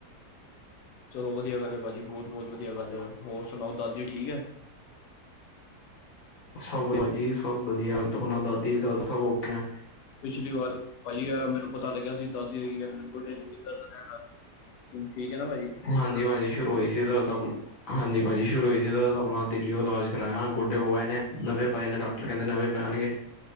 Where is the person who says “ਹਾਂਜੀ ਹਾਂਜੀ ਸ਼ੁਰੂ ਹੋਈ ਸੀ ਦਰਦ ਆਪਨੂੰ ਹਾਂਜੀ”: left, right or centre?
Left